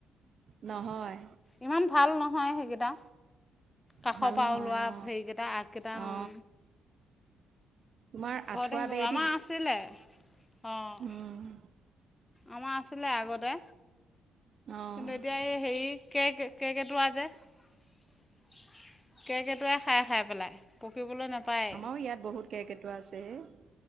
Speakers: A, on the right; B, on the left.
A: নহয়
B: ইমান ভাল নহয় সেইকেইটা কাষৰ
A: ভাল
B: পৰা
A: নহয়
B: ওলোৱা
A: অ
B: সেইকেইটা আগকেইটা
A: অ
B: উম
A: তোমাৰ
B: ঘৰতে
A: আঁঠুৱা
B: আহি
A: বেৰেদি
B: গল আমাৰ আছিলে অঁ
A: উম
B: আমাৰ আছিলে আগতে
A: অ অ
B: কিন্তু এতিয়া এই হেৰি কেক <unintelligible> কেৰকেটুৱা যে কেৰকেটুৱাই খাই খাই পেলাই পকিবলৈ নাপায়
A: আমাৰো ইয়াত বহুত কেৰকেটুৱা আছে হে <inaudible>